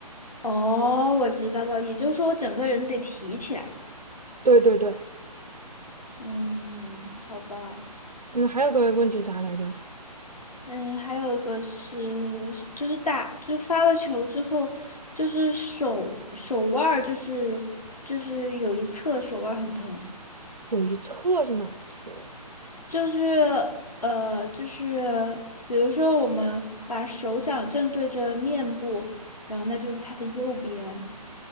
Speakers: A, on the left; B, on the right.
A: 哦，我知道了，也就是说我整个人得提起来，
B: 对对对，
A: 嗯，好吧。
B: 嗯，还有个问题啥来着？
A: 嗯，还有一个是，就是打，就是发了球之后，就是手手腕儿，就是就是有一侧手腕儿很疼，
B: 有一侧是哪一侧？
A: 就是呃，就是比如说我们把手掌正对着面部，然后那就是它的右边